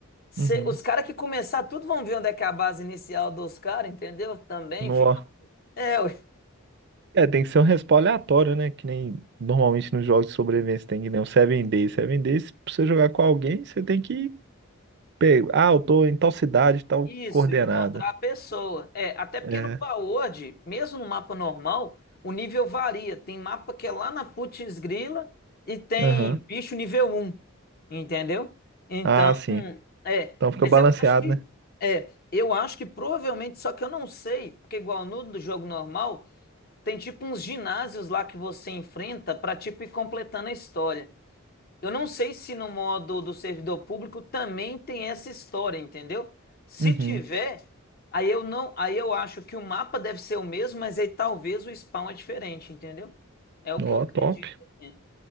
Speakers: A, on the left; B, on the right.
A: Cê-
B: Uhum.
A: os caras que começar tudo vão ver onde é que é a base inicial dos caras, entendeu? Também
B: Nó.
A: fica. É, ué.
B: É, tem que ser um respawn aleatório, né? Que nem normalmente nos jogos de sobrevivência tem que nem um Seven Days. Seven Days, pra você jogar com alguém, você tem que pegar. Ah, eu tô em tal cidade, tal
A: isso,
B: coordenada.
A: encontrar a pessoa. É, até porque
B: É.
A: no Power, mesmo no mapa normal, o nível varia. Tem mapa que é lá na putz grila e tem
B: Aham.
A: bicho nível um entendeu? Então,
B: Ah, sim.
A: hum, é.
B: Então fica
A: Mas
B: balanceado,
A: eu acho que.
B: né?
A: É, eu acho que provavelmente, só que eu não sei, porque igual no do jogo normal, tem tipo uns ginásios lá que você enfrenta pra tipo ir completando a história. Eu não sei se no modo do servidor público também tem essa história, entendeu? Se
B: Uhum.
A: tiver, aí eu não, aí eu acho que o mapa deve ser o mesmo, mas aí talvez o spawn é diferente, entendeu? É o que
B: Ó,
A: eu acredito.
B: top.
A: assim.